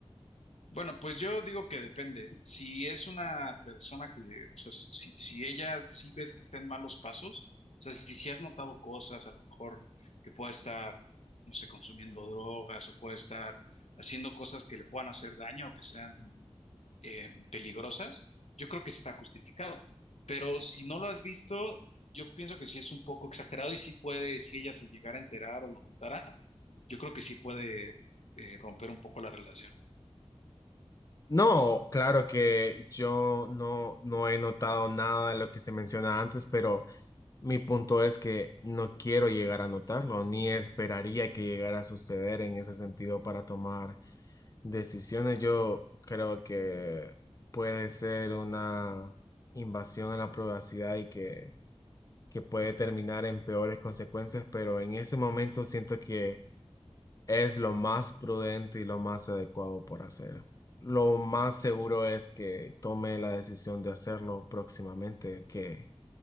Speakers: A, on the left; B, on the left.
A: Bueno, pues yo digo que depende. Si es una persona que, o sea, si, si ella sí ves que está en malos pasos, o sea, si, si has notado cosas, a lo mejor que pueda estar, no sé, consumiendo drogas o puede estar haciendo cosas que le puedan hacer daño o que sean eh, peligrosas, yo creo que sí está justificado. Pero si no lo has visto, yo pienso que sí es un poco exagerado y sí puede, si ella se llegara a enterar o lo notara, yo creo que sí puede eh, romper un poco la relación.
B: No, claro que yo no, no he notado nada de lo que se menciona antes, pero mi punto es que no quiero llegar a notarlo, ni esperaría que llegara a suceder en ese sentido para tomar Decisiones, yo creo que puede ser una invasión a la privacidad y que, que puede terminar en peores consecuencias, pero en ese momento siento que es lo más prudente y lo más adecuado por hacer. Lo más seguro es que tome la decisión de hacerlo próximamente, que